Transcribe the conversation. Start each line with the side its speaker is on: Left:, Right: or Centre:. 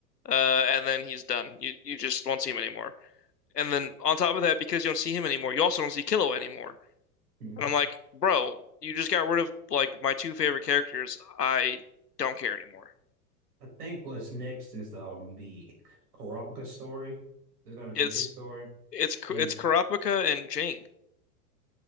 Left: uh, and then he's done. You you just won't see him anymore. And then on top of that, because you don't see him anymore, you also don't see Killua anymore.
Right: hmm
Left: And I'm like, bro, you just got rid of like my two favorite characters. I don't care anymore.
Right: I think what's next is um the Kurapika story. They're gonna do
Left: It's
Right: his story,
Left: it's
Right: and
Left: it's Kurapika and Jing.